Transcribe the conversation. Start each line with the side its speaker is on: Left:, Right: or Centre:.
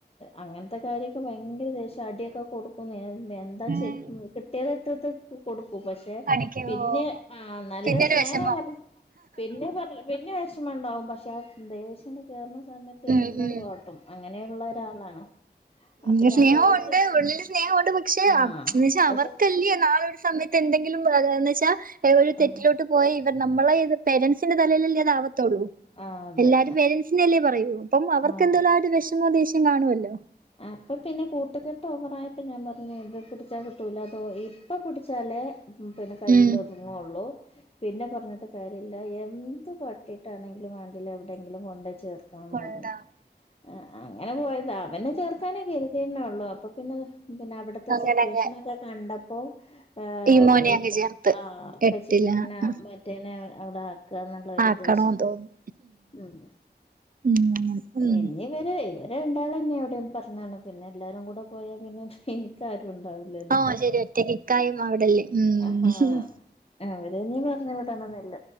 Left: അങ്ങൻത്തെ കാര്യൊക്കെ ഭയങ്കര ദേശ്യാ അടിയൊക്കെ കൊടുക്കുന്നെ എൻ എന്താച്ചാ
Right: ഉം
Left: കിട്ടിയത് ഇട്ടത് കൊടുകും പക്ഷെ. എ
Right: കടിക്കുവോ
Left: പിന്നെ ആഹ് നല്ല
Right: പിന്നെ ഒരു
Left: സ്നേഹ
Right: വിഷമം
Left: പറ പിന്നെ പർ ന്നെ വെശ്മണ്ടാവും പക്ഷെ ആ ദേഷ്യണ്ട് കേറ്ണ സമയത് തെന്തും
Right: ഉം ഉം
Left: കാട്ടും അങ്ങനെയുള്ള ഒരാളാണ്.
Right: പിന്നെ
Left: അപ്പൊ ഞാൻ
Right: സ്നേഹോണ്ട്
Left: പേടിച്ച്
Right: ഉള്ളിൽ സ്നേഹോണ്ട് പക്ഷെ
Left: ആഹ്
Right: അഹ് ന്ന്വെച്ചാ
Left: പക്ഷെ
Right: അവർക്കല്ലേ നാളെ ഒരു സമയ ത്തെന്തെങ്കിലും ആ ന്നെച്ചാ എ ഒര് തെറ്റിലോട്ട്.
Left: ആഹ്
Right: പോയി ഇവൻ നമ്മളെയിത് പേരൻസിന്റെ തലേലല്ലേ അതാവത്തൊള്ളൂ
Left: അതെ
Right: എല്ലാരും പേരൻസിനെല്ലേ പറയൂ. പ്പം അവർക്ക്
Left: അതെ
Right: എന്തെല്ലും ആഒരു വിഷമോം ദേഷ്യം കാണുവല്ലോ.
Left: അപ്പപിന്നെ കൂട്ടുകെട്ട് ഓവറയപ്പം ഞാപർഞ്ഞു ഇത് പിടിച്ചാ കിട്ടുല്ലട്ടോ ഇപ്പം പിടിച്ചാല്. ഉം പിന്നെ കയ്യിലൊതുങ്ങൊള്ളൂ.
Right: ഉം
Left: പിന്നെ പർഞ്ഞിട്ട് കാര്യല്ല എന്ത് കാട്ടിട്ടാണെങ്കിലും വേണ്ടില എവിടെങ്കിലും കൊണ്ടായി ചേർ ക്കാന്ന്
Right: കൊണ്ടാ
Left: അ അങ്ങനെ പോയതാ അവനെ ചേർക്കാനൊക്കെ. തെന്നെള്ളു അപ്പൊ പിന്നെ പിന്നെ അവിടുത്തെ
Right: അങ്ങനെ
Left: സിറ്റുവേഷനൊക്കെ
Right: അങ്ങ്
Left: കണ്ടപ്പോ. ആഹ്
Right: ഈ മോനെ
Left: ഇപ്പ
Right: അങ്ങ് ചേർത്ത്
Left: ആ
Right: എട്ടില
Left: പചിക്ക് എങ്ങന
Right: ആ
Left: മറ്റേനെ അവടെ ആക് ക്കന്നുള്ളൊരുദ്ദേശം
Right: ആക്കണോന്ന് തോന്നും
Left: ഉം
Right: ഉം അങ്ങനെ ഉം
Left: ഇങ്ങി ഇവരേയ് ഇവര രണ്ടാളന്നെ അവിടെയും പർഞാണ് പിന്നെ എല്ലാരും കൂടെ പോയാ പിന്നെ എനിക്കാരുണ്ടാവു ലല്ലോ
Right: ഓ ശരി ഒറ്റക്കിക്കായും അവിടെല്ലേ ഉം
Left: അഹാ. അവരെനി പർഞ് വിടണന്നില്ല